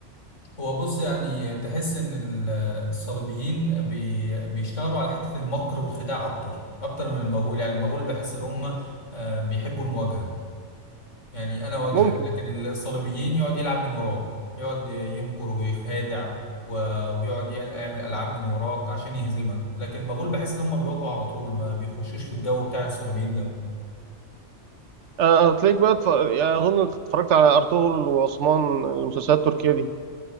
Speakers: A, on the left; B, on the right.
A: هو بص يعني تحس ان ال- آه، الصليبيين بي بيشتغلوا على حتة المكر والخداع اكتر اكتر من المغول يعني المغول بحس ان هم آه، بيحبوا المواجهة يعني انا واجهك
B: ممكن
A: لكن الصليبيين يقعد يلعب من وراك يقعد يمكر ويخادع و... ويقعد يعمل يعمل العاب من وراك عشان يهزمك لكن المغول بحس ان هم بيواجهوا على طول ما بيخشوش في الجو بتاع الصليبيين ده
B: أنا هتلاقيك بقى اتف- يعني أظن اتفرجت على أرطغرل وعثمان المسلسلات التركية دي